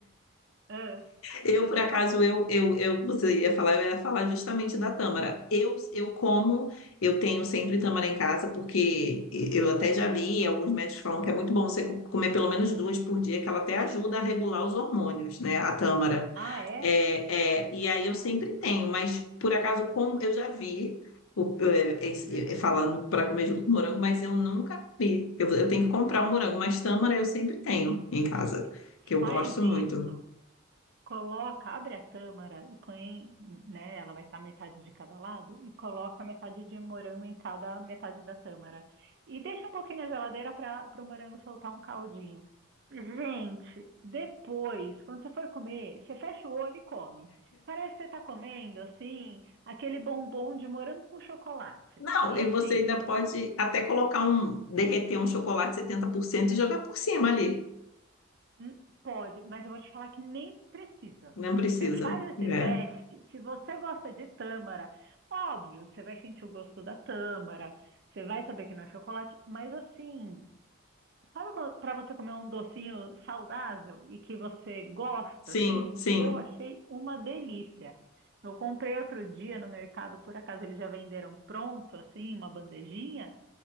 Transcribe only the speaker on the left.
Eu, por acaso, eu, eu, eu, você ia falar, eu ia falar justamente da tâmara. Eu, eu como, eu tenho sempre tâmara em casa, porque eu até já li, alguns médicos falam que é muito bom você co- comer pelo menos duas por dia, que ela até ajuda a regular os hormônios, né? A tâmara.
É, é, e aí eu sempre tenho, mas por acaso, como eu já vi. o- é, é, é,
é, falando para comer junto com morango, mas eu nunca vi. Eu, eu tenho que comprar um morango, mas tâmara eu sempre tenho em casa, que eu
gosto
muito.
Não,
e
você ainda pode até colocar um, derreter um chocolate 70% e jogar por cima ali.
Não precisa.
É.
Sim,
sim.